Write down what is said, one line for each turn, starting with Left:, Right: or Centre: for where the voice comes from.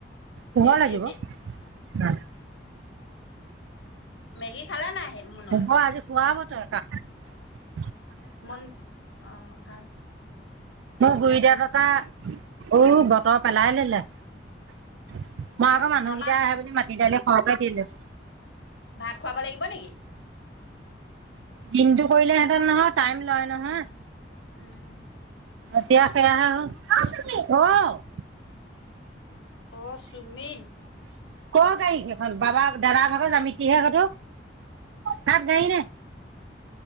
Right: পোহৰ
Left: এ
Right: লাগিব।
Left: এতিয়া
Right: ন <inaudible>
Left: মেগী খালা নাই মুনয়ে
Right: হ'ব আজি খোৱাব <inaudible>
Left: মন অ ভাল
Right: মোৰ
Left: তাকেহে
Right: গুৰি দাতঁ এটা।। অ বতৰ পেলাই ললে মই আকৌ মানুহকেইটাই
Left: আমাক
Right: আহে বুলি মাতি দাইলে।। হৰকে দিলোঁ
Left: ভাত খুৱাব লাগিব নেকি
Right: দিনটো কৰিলে হেঁতেন নহয় টাইম লয় নহয়
Left: উম,
Right: এতিয়া আৰু সেইয়া হে হ'ল
Left: অ সুমিত
Right: ক গাড়ী সেইখন বাবা দাদাৰ ভাগৰ জামিতিহে সেইটো তাত গাড়ী নাই